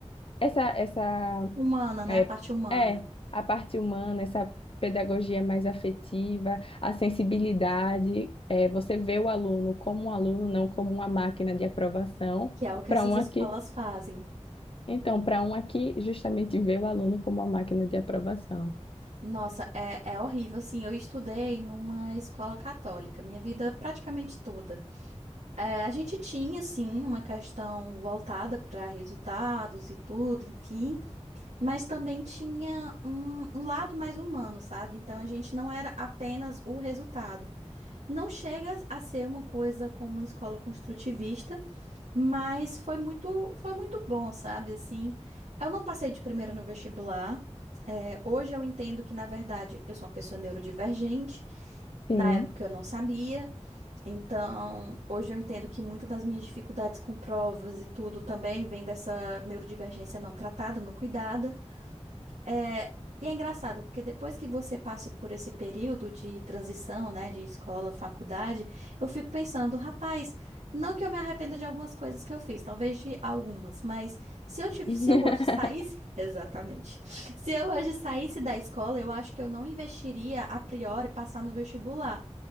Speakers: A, on the left; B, on the right.
A: essa, essa
B: Humana, né?
A: é,
B: A parte humana,
A: é, a parte humana, essa pedagogia mais afetiva, a sensibilidade, é, você vê o aluno como um aluno, não como uma máquina de aprovação,
B: que é o que
A: para
B: essas
A: uma
B: escolas
A: que,
B: fazem.
A: então, para uma que justamente vê o aluno como uma máquina de aprovação.
B: Nossa, é, é horrível, assim, eu estudei numa escola católica, minha vida praticamente toda. É, a gente tinha, sim, uma questão voltada para resultados e tudo, enfim, mas também tinha um, um lado mais humano, sabe? Então a gente não era apenas o resultado. Não chega a ser uma coisa como uma escola construtivista, mas foi muito, foi muito bom, sabe? Assim, eu não passei de primeira no vestibular. É, hoje eu entendo que, na verdade, eu sou uma pessoa neurodivergente.
A: Sim.
B: Na época eu não sabia. Então, hoje eu entendo que muitas das minhas dificuldades com provas e tudo também vem dessa neurodivergência não tratada, não cuidada. É, e é engraçado, porque depois que você passa por esse período de transição, né, de escola, faculdade, eu fico pensando, rapaz, não que eu me arrependa de algumas coisas que eu fiz, talvez de algumas, mas se eu tive,
A: <laughs>
B: se eu hoje saísse, <laughs> exatamente, se eu hoje saísse da escola, eu acho que eu não investiria a priori passar no vestibular.